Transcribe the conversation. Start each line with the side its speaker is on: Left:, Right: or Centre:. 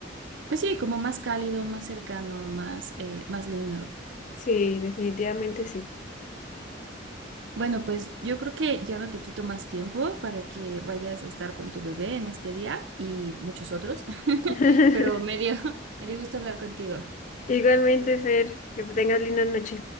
Right: pues sí, como más cálido, más cercano, más, eh, más lindo.
Left: Sí, definitivamente sí.
Right: Bueno, pues yo creo que ya no te quito más tiempo para que vayas a estar con tu bebé en este día y muchos otros, <laughs>
Left: <laughs>
Right: pero me dio, <laughs> me dio gusto hablar contigo.
Left: Igualmente, Fer, que tengas linda noche.